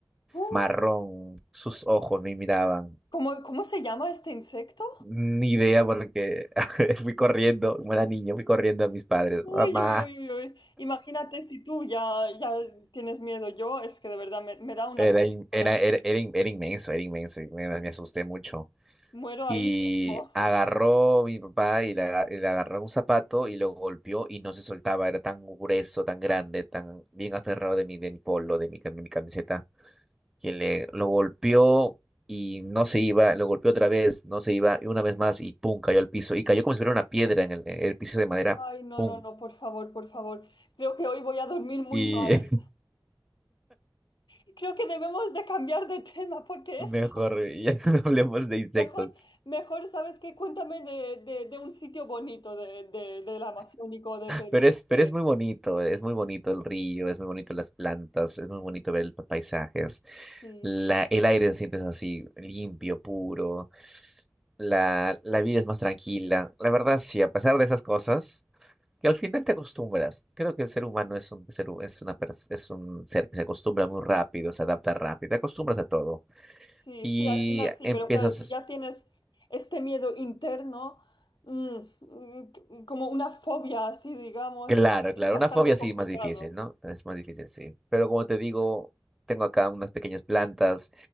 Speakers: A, on the left; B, in the centre.
A: uh.
B: marrón, sus ojos me miraban.
A: ¿Cómo, cómo se llama este insecto?
B: Ni idea porque <laughs> fui corriendo, como era niño, fui corriendo a mis padres.
A: Uy,
B: Mamá,
A: uy, uy, uy, uy. Imagínate si tú ya, ya tienes miedo. Yo es que de verdad me, me da un
B: era,
A: ataque
B: in-
A: de corazón.
B: era, era, era, in- era inmenso, era inmenso y me, me asusté mucho.
A: Muero
B: Y
A: ahí mismo.
B: agarró mi papá y le, aga- y le agarró un zapato y lo golpeó y no se soltaba, era tan grueso, tan grande, tan bien aferrado de mi, de mi polo, de mi, cam- mi camiseta. que le lo golpeó y no se iba, lo golpeó otra vez, no se iba, y una vez más, y pum, cayó al piso, y cayó como si fuera una piedra en el, en el piso de madera,
A: Ay, no,
B: pum.
A: no, no, por favor, por favor. Creo que hoy voy a dormir muy
B: Y
A: mal.
B: <laughs>
A: <laughs> Creo que debemos de cambiar de tema porque
B: mejor,
A: esto,
B: ya <laughs> no hablemos de insectos.
A: mejor, mejor, ¿sabes qué? Cuéntame de, de, de un sitio bonito de, de, del Amazónico, de Perú.
B: Pero es, pero
A: de-
B: es muy bonito, es muy bonito el río, es muy bonito las plantas, es muy bonito ver los paisajes.
A: Sí,
B: La, el aire se siente así, limpio, puro. La, la vida es más tranquila. La verdad, sí, a pesar de esas cosas, Que al final te acostumbras. Creo que el ser humano es un ser, hu- es una pers- es un ser que se acostumbra muy rápido, se adapta rápido, te acostumbras a todo.
A: sí,
B: Y
A: sí, al final sí,
B: empiezas,
A: pero claro, si ya tienes este miedo interno, mm, mm, como una fobia así, digamos,
B: claro,
A: es
B: claro,
A: es bastante
B: una fobia sí
A: complicado.
B: más difícil, ¿no? Es más difícil, sí. Pero como te digo, tengo acá unas pequeñas plantas